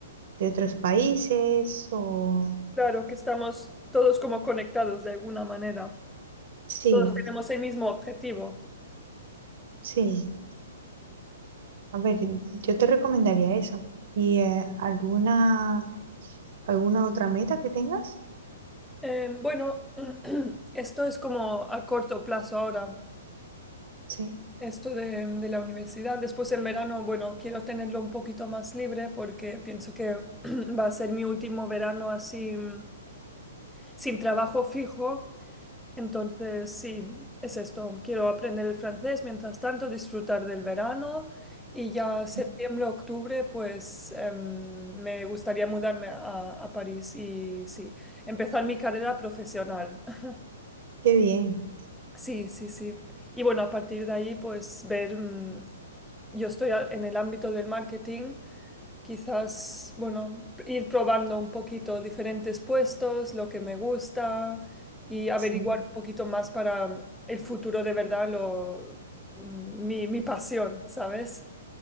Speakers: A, on the right (about 60°); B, in the centre.
A: de otros países o...
B: Claro que estamos todos como conectados de alguna manera.
A: Sí,
B: Todos tenemos el mismo objetivo.
A: sí. A ver, yo te recomendaría eso. ¿Y eh, alguna, alguna otra meta que tengas?
B: Eh, bueno, <clears throat> esto es como a corto plazo ahora,
A: Sí,
B: esto de, de la universidad. Después en verano, bueno, quiero tenerlo un poquito más libre porque pienso que <clears throat> va a ser mi último verano así mm, sin trabajo fijo. Entonces, sí, es esto. Quiero aprender el francés, mientras tanto, disfrutar del verano y ya
A: sí.
B: septiembre, octubre, pues em, me gustaría mudarme a, a París y sí, empezar mi carrera profesional. <laughs>
A: Qué bien,
B: Sí, sí, sí. Y bueno, a partir de ahí, pues ver, mm, yo estoy a- en el ámbito del marketing, Quizás, bueno, ir probando un poquito diferentes puestos, lo que me gusta y averiguar
A: sí.
B: un poquito más para el futuro de verdad, lo, mi, mi pasión, ¿sabes?